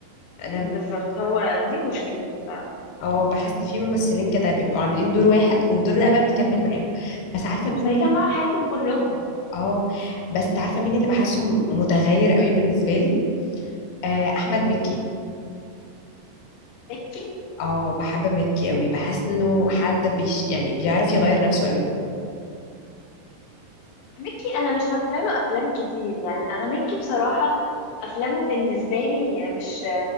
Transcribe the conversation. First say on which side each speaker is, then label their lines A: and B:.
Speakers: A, on the left; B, on the left.
A: انا
B: بالظبط هو دي مشكلته فعلا
A: اه بحس ان في ممثلين كده بيبقوا عاملين دور واحد والدور ده بقى بيكمل معاهم بس عارفه مين
B: بقى كان مع حياتهم كلهم
A: اه بس عارفه مين اللي بحسه م- متغير قوي بالنسبه لي آه، احمد مكي
B: ميكي
A: اه بحب مكي قوي بحس انه حد بيش يعني بيعرف يغير نفسه قوي
B: ميكي أنا مش فاكرة له أفلام كتير يعني أنا ميكي بصراحة أفلامه بالنسبة لي مش